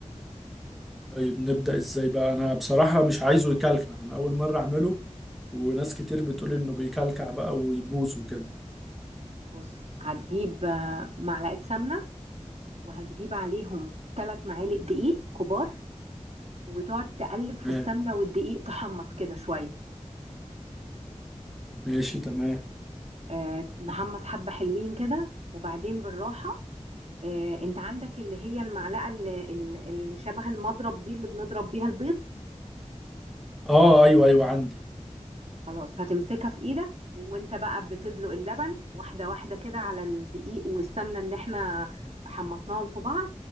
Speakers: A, in the centre; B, on the right.
A: طيب نبدأ ازاي بقى انا بصراحة مش عايزه يكلكع انا اول مرة اعمله وناس كتير بتقول انه بيكلكع بقى ويبوظ وكده
B: بص هتجيب آه، معلقة سمنة وهتجيب عليهم ثلاث معالق دقيق كبار وتقعد تقلب في
A: تمام
B: السمنة والدقيق تحمص كده شوية
A: ماشي تمام
B: آه، نحمص حبة حلوين كده وبعدين بالراحة آه، انت عندك اللي هي المعلقه اللي, اللي شبه المضرب دي اللي بنضرب بيها البيض
A: اه ايوه ايوه عندي
B: خلاص هتمسكها في ايدك وانت بقى بتدلق اللبن واحده واحده كده على الدقيق والسمنه اللي احنا حمصناهم في بعض